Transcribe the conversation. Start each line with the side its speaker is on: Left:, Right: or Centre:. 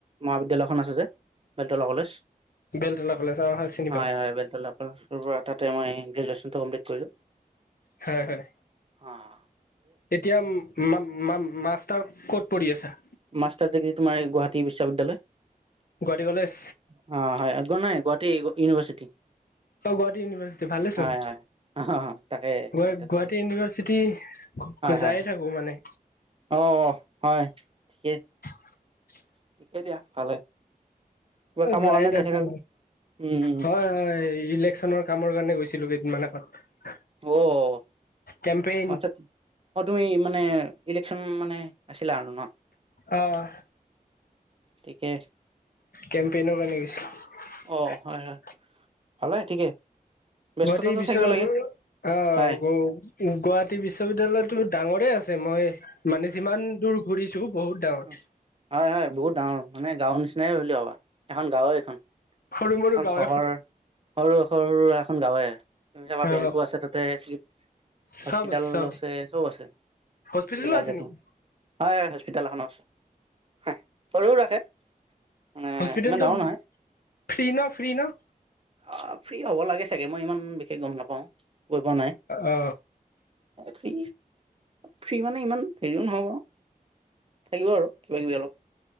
Right: মহাবিদ্যালয়খন আছে যে, বেলতলা কলেজ।
Left: বেলতলা কলেজ অ চিনি
Right: হয়
Left: পাওঁ
Right: - হয় বেলতলা কলেজৰ পৰা তাতে মই গ্ৰেজুৱেচনটো কমপ্লিট কৰিলো।
Left: হয় হয়
Right: আঃ,
Left: এতিয়া মা - মা মাছ। তাৰ ক'ত পঢ়ি আছা?
Right: মাষ্টাৰ ডিগ্ৰী তোমাৰ এই গুৱাহাটী বিশ্ববিদ্যালয়। অ',
Left: গুৱাহাটী কলেজ
Right: হয়। একো নাই গুৱাহাটী, ইউনিভাৰ্চিটি।
Left: অ 'গুৱাহাটী ইউনিভাৰ্চিটি ভালেচোন।
Right: হয় হয় অ তাকে
Left: গুৱ-গুৱাহাটী
Right: মই তাতে
Left: ইউনিভাৰ্চিটি
Right: হয় হয়
Left: যায়ে
Right: হয়
Left: থাকো মানে,।
Right: অ হয় ঠিকে,
Left: <inaudible>
Right: ঠিকে দিয়া ভালে। কিবা কামৰ
Left: যাই
Right: কাৰণে
Left: থাকো
Right: থাকা উম উম
Left: হয় -হয় ইলেকচনৰ, কামৰ কাৰণে গৈছিলো কেইদিনমান আগত।
Right: অহহঃ
Left: কেম্পেইন
Right: আচ্ছা- অ' তুমি মানে, ইলেকচন মানে আছিল আৰু ন',।
Left: অহ, '
Right: তিকে,
Left: কেম্পেইনৰ কাৰণে গৈছ?
Right: অ হয় হয় ভালে ঠিকে। ব্যস্ততাটো
Left: গুৱাহাটী বিশ্ব
Right: থাকিব লাগে
Left: অ'
Right: হয় নাই
Left: গুৱাহাটী বিশ্ববিদ্যালয়তো ডাঙৰে আছে, মই, মানে যিমান দূৰ ঘূৰিছো বহুত ডাঙৰ
Right: অ হয় হয় বহুত ডাঙৰ মানে গাঁওৰ নিচিনা <unintelligible> এখন গাঁওে এখন
Left: সৰু মৰু
Right: এখন
Left: গাঁও
Right: চহৰ সৰু সৰু এখন গাওৱে তুমি চাবা
Left: অ
Right: বেংকো আছে তাতে চিক হস্পিতেল
Left: চব চব
Right: আছে চব আছে
Left: হস্পিতেলো
Right: যি লাগে
Left: আছে নেকি
Right: তোমাক হয় হস্পিতেল এখনো হা সৰুও ৰাখে মানে
Left: হস্পিটেলটো
Right: ইমান ডাঙৰ নহয়
Left: ফ্ৰী ন ফ্ৰী ন
Right: অ' ফ্ৰী হ'ব লাগে চাগে মই ইমান বিশেষ গম নাপাওঁ গৈ পোৱা নাই
Left: অ
Right: ফ্ৰী ফ্ৰী মানে ইমান হেৰি নহ'ব থাকিব আৰু কিবাকিবি অলপ